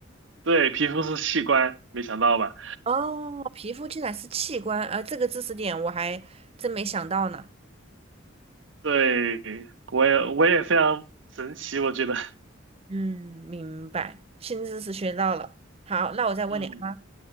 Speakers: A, on the right; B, on the right.
A: 对，皮肤是器官，没想到吧？
B: 哦，皮肤竟然是器官，呃，这个知识点我还真没想到呢。
A: 对，我也我也非常神奇，我觉得，
B: 嗯，明白，新知识学到了。好，那我再问你啊，
A: 嗯，